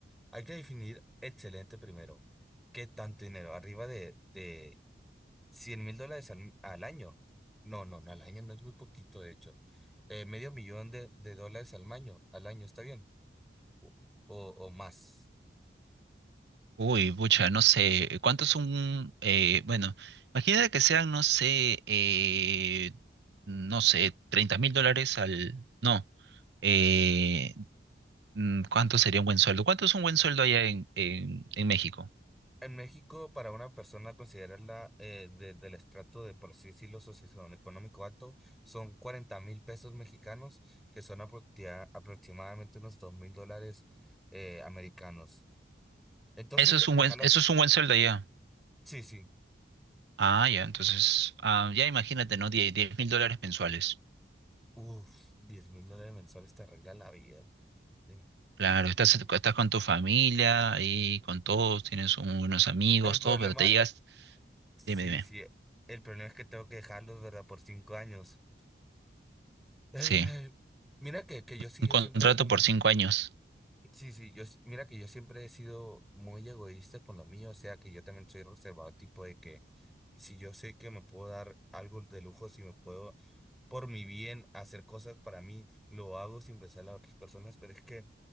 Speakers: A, in the centre; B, on the right.
A: Hay que definir excelente primero. ¿Qué tanto dinero? Arriba de, de cien mil dólares al, al año. No, no, no, al año no es muy poquito, de hecho. Eh, medio millón de, de dólares al año, al año, ¿está bien? o, o más.
B: Uy, pucha, no sé, ¿cuántos son? Eh, bueno, imagínate que sean, no sé, eh, no sé, treinta mil dólares al... No, eh, mm, ¿cuánto sería un buen sueldo? ¿Cuánto es un buen sueldo allá en, en, en México?
A: En México, para una persona considerarla eh, de- del estrato de, por así decirlo, socioeconómico alto, son cuarenta mil pesos mexicanos, que son aproxia- aproximadamente unos dos mil dólares eh, americanos. Entonces,
B: Eso es un
A: déjalo
B: buen, eso
A: así.
B: es un buen sueldo allá.
A: Sí, sí.
B: Ah, ya, entonces, ah, ya imagínate, ¿no? diez mil dólares mensuales.
A: Uf, diez mil dólares mensuales te arregla la vida. Sí.
B: Claro, estás, estás con tu familia, ahí con todos, tienes un- unos amigos,
A: El problema,
B: todo, pero te
A: eh,
B: llegas,
A: sí,
B: dime, dime,
A: sí. eh, El problema es que tengo que dejarlos, ¿verdad? Por cinco años. <sighs>
B: sí,
A: Mira que, que yo sí,
B: un
A: yo
B: contrato
A: siempre,
B: por cinco años.
A: Sí, sí, yo, s- mira que yo siempre he sido muy egoísta con lo mío, o sea que yo también soy reservado, tipo de que si yo sé que me puedo dar algo de lujo, si me puedo por mi bien hacer cosas para mí, lo hago sin pensar en las otras personas, pero es que